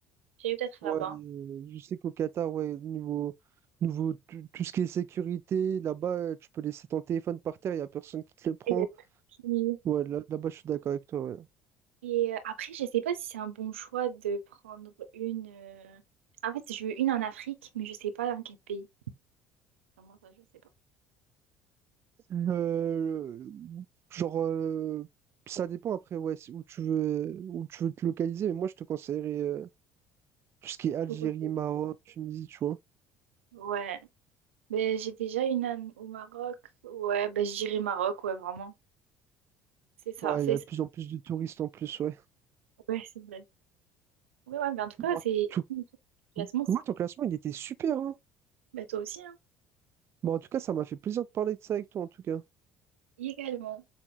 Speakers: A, on the right; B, on the right.
A: Je dirais peut-être
B: Ouais,
A: là-bas.
B: euh, je sais qu'au Qatar, ouais, niveau, niveau tu- tout, ce qui est sécurité, là-bas, euh, tu peux laisser ton téléphone par terre, il n'y a personne qui te le prend.
A: Et il y a Turquie.
B: Ouais, là, là-bas, je suis d'accord avec toi, ouais.
A: Et euh, après, je sais pas si c'est un bon choix de prendre une. euh, En fait, je veux une en Afrique, mais je sais pas dans quel pays. vraiment ça, je sais pas.
B: Le- genre, euh, ça dépend après, ouais, c'est où tu veux, où tu veux te localiser, mais moi, je te conseillerais. euh, Tout ce qui est Algérie,
A: Faut qu'on
B: Maroc, Tunisie, tu vois.
A: Ouais. Ben, j'ai déjà une en- au Maroc. Ouais, ben, je dirais Maroc, ouais, vraiment. C'est ça,
B: Ouais,
A: c'est
B: il y a de
A: ça.
B: plus en plus de touristes en plus, ouais.
A: Ouais, c'est vrai. Ouais, ouais, mais en tout
B: Bon,
A: cas, c'est.
B: tout-
A: Le classement, c'est.
B: Moi, ton classement, il était super, hein.
A: Ben, toi aussi, hein.
B: Bon, en tout cas, ça m'a fait plaisir de parler de ça avec toi, en tout cas.
A: Également.